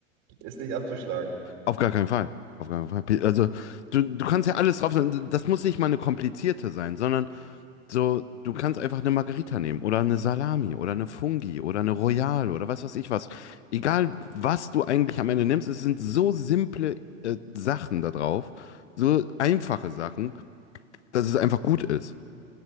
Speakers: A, on the right (about 45°); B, on the left (about 60°).
A: Ist nicht abzuschlagen.
B: Auf gar keinen Fall. Auf gar keinen Fall. Pi- Also du, du kannst ja alles drauf sein. Das muss nicht mal eine komplizierte sein, sondern So, du kannst einfach eine Margarita nehmen oder eine Salami oder eine Fungi oder eine Royale oder was weiß ich was. Egal, was du eigentlich am Ende nimmst, es sind so simple äh, Sachen da drauf, so einfache Sachen, dass es einfach gut ist.